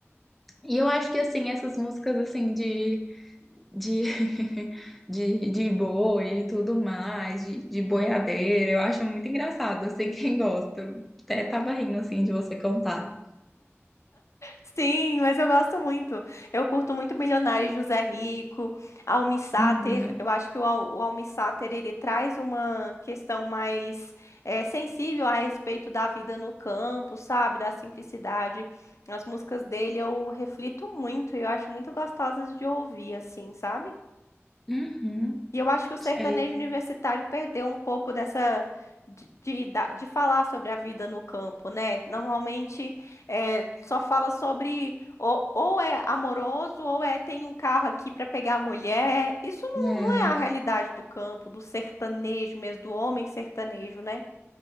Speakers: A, in the centre; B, on the left (about 80°).
A: e eu acho que assim, essas músicas assim de, de, <laughs> de, de boi e tudo mais, de, de boiadeira, eu acho muito engraçado, assim, quem gosta. Eu até tava rindo assim de você contar.
B: Sim, mas eu gosto muito. Eu curto muito Milionário José Rico, Almi Sater.
A: Uhum,
B: Eu acho que o, Al- o Almi Sater, ele traz uma questão mais eh, sensível a respeito da vida no campo, sabe? Da simplicidade. As músicas dele eu reflito muito e eu acho muito gostosas de ouvir, assim, sabe?
A: uhum,
B: E eu acho que o sertanejo
A: sei.
B: universitário perdeu um pouco dessa de, de, da- de falar sobre a vida no campo, né? Normalmente é, só fala sobre ou, ou é amoroso ou é tem um carro aqui para pegar a mulher. Isso não,
A: É.
B: não é a realidade do campo, do sertanejo mesmo, do homem sertanejo, né?